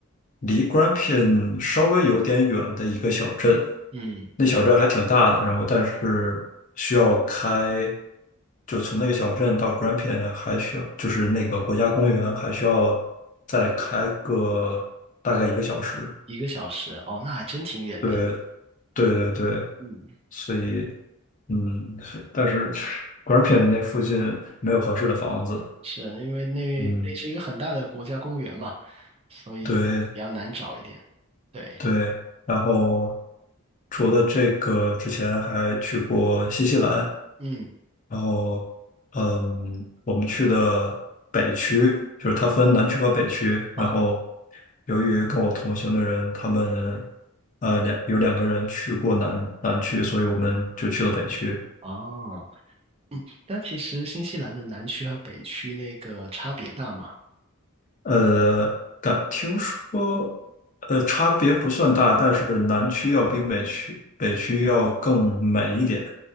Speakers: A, on the left (about 35°); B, on the right (about 25°).
A: 离 Grampian 稍微有点远的一个小镇，
B: 嗯，
A: 那小镇还挺大的，然后但是需要开，就从那个小镇到 Grampian 还需要，就是那个国家公园还需要再开个大概一个小时。
B: 一个小时。哦，那还真挺远的。
A: 对，对对对，
B: 嗯，
A: 所以嗯，但是 Grampian 那附近没有合适的房子，
B: 是因为那那是一个很大的国家公园嘛，
A: 嗯。
B: 所以比较难找一点。
A: 对，
B: 对，
A: 对，然后除了这个，之前还去过新西兰，
B: 嗯，
A: 然后嗯，我们去的北区，就是它分南区和北区，然后
B: 啊，
A: 由于跟我同行的人，他们呃两有两个人去过南南区，所以我们就去了北区。
B: 哦，但其实新西兰的南区和北区那个差别大嘛。
A: 呃，但听说，呃，差别不算大，但是南区要比北区北区要更美一点，